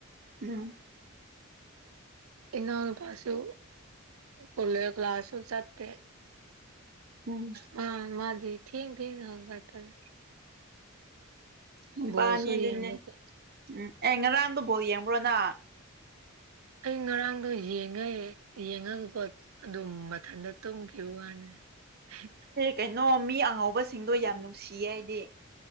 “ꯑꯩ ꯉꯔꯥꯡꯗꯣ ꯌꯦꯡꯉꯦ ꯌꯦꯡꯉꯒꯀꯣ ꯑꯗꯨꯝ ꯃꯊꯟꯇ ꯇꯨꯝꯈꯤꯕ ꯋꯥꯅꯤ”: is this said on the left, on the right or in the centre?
Right